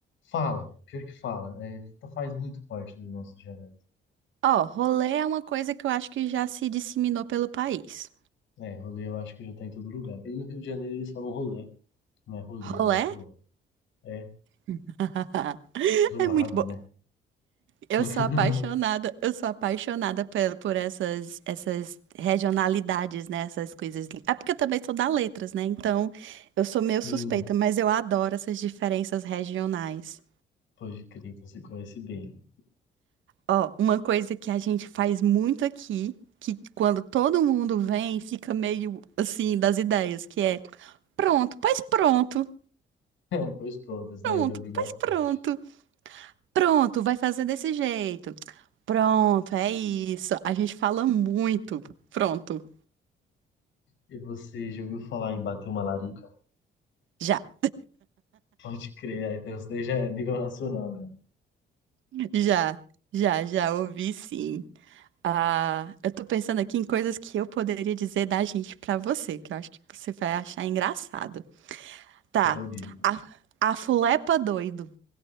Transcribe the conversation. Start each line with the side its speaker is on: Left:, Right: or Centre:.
Left: Fala, pior que fala. É, tá- faz muito parte do nosso dialeto.
Right: Ó, rolê é uma coisa que eu acho que já se disseminou pelo país.
Left: É, rolê eu acho que já tá em todo lugar. E no Rio de Janeiro eles falam rolê. Não é rolê,
Right: Rolê
Left: lá é rolê. É,
Right: <laughs>
Left: zoado,
Right: é muito bom.
Left: né?
Right: Eu
Left: <laughs>
Right: sou apaixonada, eu sou apaixonada pe- por, essas, essas regionalidades, né? Essas coisas. É porque eu também sou da letras, né? Então eu sou meio
Left: Sim,
Right: suspeita, mas eu adoro essas diferenças regionais.
Left: pode crer, então você conhece bem.
Right: Ó, uma coisa que a gente faz muito aqui, que quando todo mundo vem, fica meio assim das ideias, que é pronto, pois pronto,
Left: <laughs> Pois pronto, esse
Right: pronto,
Left: daí eu já ouvi bastante.
Right: pois pronto. Pronto, vai fazer desse jeito. Pronto, é isso. A gente fala muito. Pronto.
Left: E você já ouviu falar em bater uma larica?
Right: Já,
Left: Pode crer, aí então isso daí já é nível nacional, né?
Right: já, já, já ouvi sim. Ah, eu tô pensando aqui em coisas que eu poderia dizer da gente pra você, que eu acho que você vai achar engraçado. Tá.
Left: Quero ouvir.
Right: A, a fulepa doido.